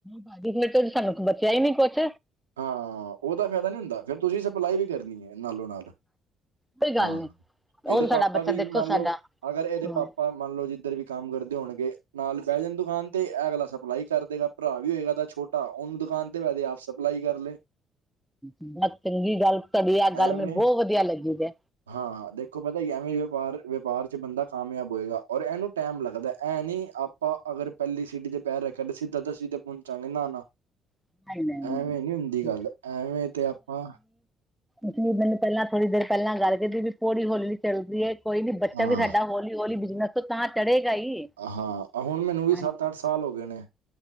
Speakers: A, in the centre; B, on the right.
A: ਭਾਜੀ, ਫ਼ਿਰ ਤੇ ਸਾਨੂੰ ਬਚਿਆ ਹੀ ਨੀ ਕੁਛ
B: ਹਾਂ, ਉਹਦਾ ਫਾਇਦਾ ਨੀ ਹੁੰਦਾ ਫੇਰ ਤੁਸੀਂ ਸਪਲਾਈ ਵੀ ਕਰਨੀ ਹੈ, ਨਾਲੋਂ ਨਾਲ
A: ਕੋਈ ਗੱਲ
B: ਹਾਂ,
A: ਨੀ
B: ਇਹਦੇ
A: ਉਹ ਸਾਡਾ
B: ਪਾਪਾ
A: ਬੱਚਾ
B: ਵੀ
A: ਦੇਖੋ
B: ਮੰਨ ਲਓ,
A: ਸਾਡਾ
B: ਅਗਰ ਇਹਦੇ
A: ਹਮ
B: ਪਾਪਾ ਮੰਨ ਲਓ, ਜਿੱਧਰ ਵੀ ਕੰਮ ਕਰਦੇ ਹੋਣਗੇ ਨਾਲ ਬਹਿ ਜਾਣ ਦੁਕਾਨ ਤੇ ਅਗਲਾ ਸਪਲਾਈ ਕਰ ਦੇਗਾ, ਭਰਾ ਵੀ ਹੋਏਗਾ ਤਾਂ ਛੋਟਾ ਉਹਨੂੰ ਦੁਕਾਨ ਤੇ ਲੈ ਜੇ, ਆਪ ਸਪਲਾਈ ਕਰ ਲਏ।
A: ਬਹੁਤ ਚੰਗੀ ਗੱਲ, ਤੁਹਾਡੀ ਆ ਗੱਲ
B: ਐਵੇਂ
A: ਮੈਨੁ ਬਹੁਤ ਵਧੀਆ ਲੱਗੀ ਹੈ।
B: ਹਾਂ ਦੇਖੋ ਪਤਾ, ਐਵੇਂ ਵਪਾਰ-ਵਪਾਰ 'ਚ ਬੰਦਾ ਕਾਮਯਾਬ ਹੋਏਗਾ। ਔਰ ਇਹਨੂੰ ਟੈਮ ਲੱਗਦਾ ਹੈ, ਇਹ ਨਹੀਂ ਆਪ ਅਗਰ ਪਹਿਲੀ ਸੀਡੀ ਦੇ ਪੈਰ ਰੱਖਿਆ ਤੇ ਸਿੱਧਾ ਦਸਵੀਂ ਪਹੁੰਚਾਂਗੇ ਨਾ ਨਾ
A: ਨਹੀਂ ਨਹੀਂ
B: ਐਵੇਂ
A: ਨਹੀਂ
B: ਨੀ ਹੁੰਦੀ
A: ਠੀਕ
B: ਗੱਲ, ਐਵੇਂ ਤੇ ਆਪਾਂ
A: ਅਸੀਂ ਪਹਿਲਾਂ ਥੋੜੀ ਦੇਰ ਪਹਿਲਾਂ ਗੱਲ <unintelligible> ਪੌੜੀ ਹੌਲੀ ਹੌਲੀ ਚੱਲਦੀ ਹੈ ਕੋਈ ਨੀ ਬੱਚਾ
B: ਹਾਂ
A: ਵੀ ਸਾਡਾ ਹੌਲੀ-ਹੌਲੀ ਬਿਜਨਸ ਤਾਂ ਚੜੇਗਾ ਹੀ।
B: ਹਾਂ ਆ ਹੁਣ ਮੈਨੂੰ ਵੀ
A: ਹਾਂਜੀ
B: ਸੱਤ ਅੱਠ ਸਾਲ ਹੋ ਗਏ ਨੇ।